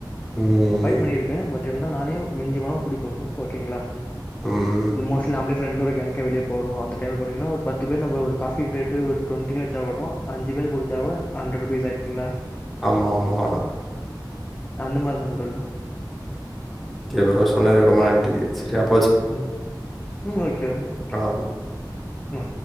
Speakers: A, in the centre; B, on the left (about 20°).
A: ம்.
B: அஃபய்ட் பண்ணியிருக்கே பட் டு இருந்தாலு நானே மிஞ்சு போன குடிப்போம் ஃப்ரோ ஓகேங்களா
A: ம்.
B: மோஸ்லி நாம்பளே ஃப்ரெண்ட்ஸட கேங்கே வெளிய போறோ அந்த டைம் போனீங்கன்னா ஒரு பத்து பேர் நம்ம ஒரு காபி ரேட்டு ஒரு டுவண்ட்டின்னு வச்சா கூட அஞ்சு பேர் குடிச்சா கூட ஹண்டர்ருபீஸ் ஆகிச்சுங்களா
A: ஆமா ஆமா
B: அந்த மாரி தாம் ஃப்ரோ எல்லாம்
A: எவரோ சொன்னது அப்பரமா ஆண்டி சரியா
B: உம் உம் ஓகே ஓகே
A: ஆமா.
B: ஆ